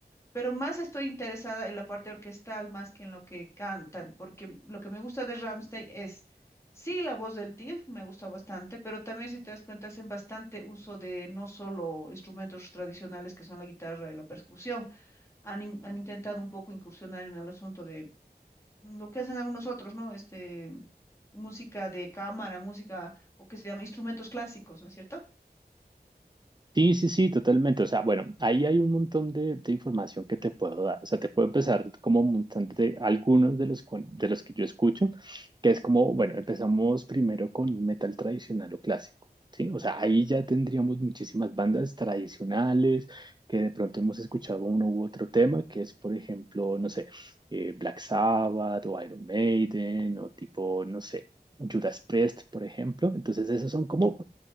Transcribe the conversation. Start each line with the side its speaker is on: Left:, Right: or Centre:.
Left: Pero más estoy interesada en la parte orquestal más que en lo que cantan, porque lo que me gusta de Rammstein es, sí, la voz del tilt me gusta bastante, pero también, si te das cuenta, hacen bastante uso de no solo instrumentos tradicionales que son la guitarra y la percusión, han, in- han intentado un poco incursionar en el asunto de lo que hacen algunos otros, ¿no? Este, música de cámara, música, o que se llama instrumentos clásicos, ¿no es cierto?
Right: Sí, sí, sí, totalmente. O sea, bueno, ahí hay un montón de, de información que te puedo dar. O sea, te puedo empezar como un montón de algunos de los, cual- de los que yo escucho, que es como, bueno, empezamos primero con metal tradicional o clásico, ¿sí? O sea, ahí ya tendríamos muchísimas bandas tradicionales que de pronto hemos escuchado uno u otro tema, que es, por ejemplo, no sé, eh, Black Sabbath o Iron Maiden o tipo, no sé. Judas Priest, por ejemplo. Entonces, esos son como